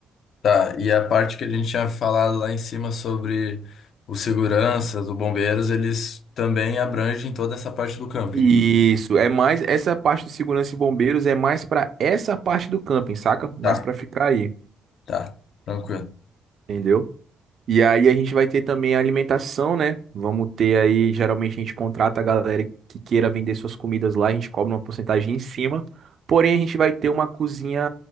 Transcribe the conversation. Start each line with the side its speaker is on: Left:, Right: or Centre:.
Left: Tá, e a parte que a gente tinha falado lá em cima sobre os seguranças, os bombeiros, eles também abrangem toda essa parte do camping.
Right: Isso, é mais essa parte de segurança e bombeiros é mais para essa parte do camping, saca? Mais
Left: Tá,
Right: para ficar aí,
Left: tá, tranquilo.
Right: entendeu? E aí a gente vai ter também a alimentação, né? Vamos ter aí, geralmente a gente contrata a galera que queira vender suas comidas lá, a gente cobra uma porcentagem em cima. Porém, a gente vai ter uma cozinha